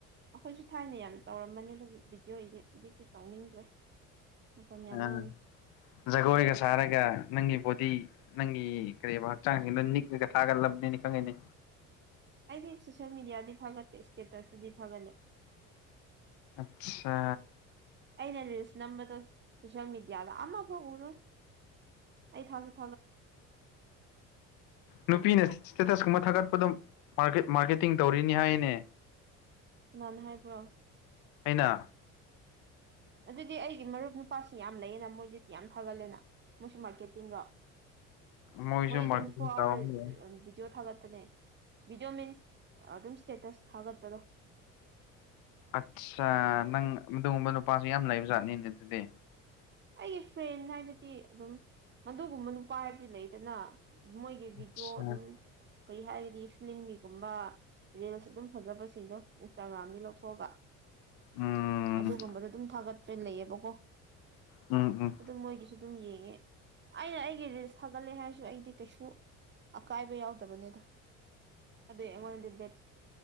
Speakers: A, on the right (about 30°); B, on the left (about 65°).
A: ꯑꯩꯈꯣꯏꯁꯨ ꯊꯥꯏꯅ ꯌꯥꯝ ꯇꯧꯔꯝꯕꯅꯦꯕ ꯚꯤꯗꯤꯑꯣ ꯏꯗꯤꯠ ꯍꯧꯖꯤꯛꯇꯤ ꯇꯧꯅꯤꯡꯗ꯭ꯔꯦ ꯃꯇꯝ ꯌꯥꯝ
B: ꯑꯥ
A: ꯃꯥꯡꯉꯦ
B: ꯖꯒꯣꯏꯒ ꯁꯥꯔꯒ ꯅꯪꯒꯤ ꯕꯣꯗꯤ ꯅꯪꯒꯤ ꯀꯔꯤꯕ ꯍꯛꯆꯥꯡꯁꯤꯗꯣ ꯅꯤꯛꯂꯒ ꯊꯥꯒꯠꯂꯝꯅꯤꯅꯦ ꯈꯪꯉꯤꯅꯦ
A: ꯑꯩꯗꯤ ꯁꯣꯁꯤꯌꯦꯜ ꯃꯦꯗꯤꯌꯥꯗꯗꯤ ꯊꯥꯒꯠꯇꯦ ꯏꯁꯇꯦꯇꯁꯇꯗꯤ ꯊꯥꯒꯠꯂꯦ
B: ꯑꯠꯁꯥ
A: ꯑꯩꯅ ꯔꯤꯜꯁ ꯅꯝꯕꯗꯣ ꯁꯣꯁꯤꯌꯦꯜ ꯃꯦꯗꯤꯌꯥ ꯑꯃꯐꯥꯎ ꯎꯔꯣꯏ ꯑꯩ ꯊꯥꯒꯠ
B: ꯅꯨꯄꯤꯅ ꯏꯁꯇꯦꯇꯁ ꯀꯨꯝꯕ ꯊꯥꯒꯠ ꯑꯗꯨꯝ ꯃꯥꯔꯀꯦ ꯃꯥꯔꯀꯦꯇꯤꯡ ꯇꯧꯔꯤꯅꯤ ꯍꯥꯏꯅꯦ
A: ꯀꯅꯥꯅ ꯍꯥꯏꯕ꯭ꯔꯣ
B: ꯑꯩꯅ
A: ꯑꯗꯨꯗꯤ ꯑꯩꯒꯤ ꯃꯔꯨꯞ ꯅꯨ ꯄꯥꯁꯨ ꯌꯥꯝ ꯂꯩꯌꯦꯅ ꯃꯣꯏꯗꯨꯗꯤ ꯌꯥꯝ ꯊꯥꯒꯠꯂꯦꯅ ꯃꯣꯏꯁꯨ ꯃꯥꯔꯀꯦꯠꯇꯤꯡꯂꯣ
B: ꯃꯣꯏꯁꯨ
A: ꯃꯣꯏꯗꯤ
B: ꯃꯥꯔꯀꯦꯇꯤꯡ
A: ꯇ꯭ꯋꯦꯟꯇꯤ ꯐꯣꯔ
B: ꯇꯧꯔꯝꯕ
A: ꯑꯋꯥꯔ
B: ꯌꯥꯏ
A: ꯚꯤꯗꯤꯑꯣ ꯊꯥꯒꯠ ꯄꯅꯦ ꯚꯤꯗꯤꯑꯣ ꯃꯤꯟꯁ ꯑꯗꯨꯝ ꯁ꯭ꯇꯦꯇꯁ ꯊꯥꯒꯠꯄꯗꯣ
B: ꯑꯠꯁꯥ ꯅꯪ ꯃꯗꯨꯒꯨꯝꯕ ꯅꯨꯄꯥꯁꯨ ꯌꯥꯝ ꯂꯩꯕꯖꯥꯠꯅꯤꯅꯦ ꯑꯗꯨꯗꯤ
A: ꯑꯩꯒꯤ ꯐ꯭ꯔꯦꯟ ꯍꯥꯏꯕꯗꯤ ꯑꯗꯨꯝ ꯃꯗꯨꯒꯨꯝꯕ ꯅꯨꯄꯥ ꯍꯥꯏꯕꯗꯤ ꯂꯩꯗꯅ ꯃꯣꯏꯒꯤ ꯚꯤꯗꯤꯑꯣ
B: ꯑꯠꯆꯥ
A: ꯑꯗꯨꯝ ꯀꯔꯤ ꯍꯥꯏꯔꯗꯤ ꯐꯤꯂꯝꯒꯤꯒꯨꯝꯕ ꯔꯤꯜꯁ ꯑꯗꯨꯝ ꯐꯖꯕꯁꯤꯡꯗꯣ ꯏꯟꯁꯇꯥꯒ꯭ꯔꯥꯝꯗꯒꯤ ꯂꯧꯊꯣꯛꯑꯒ
B: ꯎꯝ
A: ꯑꯗꯨꯒꯨꯝꯕꯗꯣ ꯑꯗꯨꯝ ꯊꯥꯒꯠꯄ ꯂꯩꯌꯦꯕꯀꯣ
B: ꯎꯝ ꯎꯝ
A: ꯑꯗꯨꯝ ꯃꯣꯏꯒꯤꯁꯨ ꯑꯗꯨꯝ ꯌꯦꯡ ꯉꯦ ꯑꯩꯅ ꯑꯩꯒꯤ ꯔꯤꯜꯁ ꯊꯥꯒꯠꯂꯦ ꯍꯥꯏꯔꯁꯨ ꯑꯩꯗꯤ ꯀꯩꯁꯨ ꯑꯀꯥꯏꯕ ꯌꯥꯎꯗꯕꯅꯦꯗ ꯑꯗꯨꯏ ꯑꯩꯉꯣꯟꯗꯗꯤ ꯕꯦꯠꯁ